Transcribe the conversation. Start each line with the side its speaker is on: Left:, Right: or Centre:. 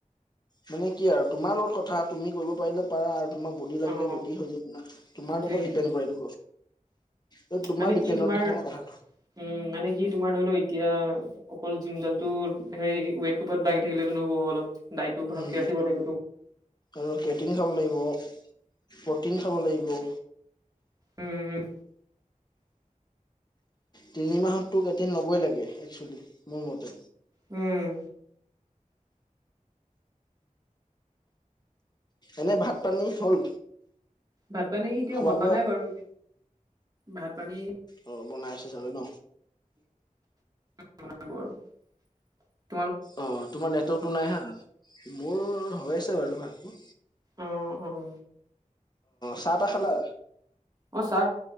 Left: মানে কি আৰু তোমাৰ লগত কথা তুমি কৰিব পাৰিলে পাৰা তোমাক বডি লাগিলে
Right: অ',
Left: বডি হৈ যায় তোমাৰ
Right: সেইটোৱে
Left: ওপৰত ডিপেণ্ড কৰে এইটো। এইটো তোমাৰ
Right: মানে
Left: ডিপেণ্ডত
Right: কি তোমাৰ
Left: থাকে
Right: উম,
Left: না কথাটো
Right: মানে কি তোমাৰ ধৰি লও এতিয়া অকল জিমডাল টো হেৰি পৰত দাঙি থাকিলেতো নহ'ব অলপ দাইতটো ভালকে
Left: উম
Right: ৰাখিব লাগিবো টো।
Left: আৰু প্ৰটিন খাব লাগিব। প্ৰটিন খাব লাগিব
Right: উম, উম।
Left: তিনি মাহততো কেইদিন ল'বই লাগে একচুৱেলি। মোৰ মতে
Right: উম।
Left: এনে ভাত-পানী হ'ল?
Right: ভাত-পানী এতিয়া
Left: খোৱা
Right: হোৱা
Left: বোৱা
Right: নাই বাৰু ভাত-পানী
Left: অ বনাই আছে চাগে ন?
Right: <inaudible>
Left: অ তোমাৰ নেটৱৰ্কটো নাই হা, মোৰ হৈ আছে বাৰু ভাতটো।
Right: আহ, অ।
Left: চাহ-টা খালা?
Right: অ চাহ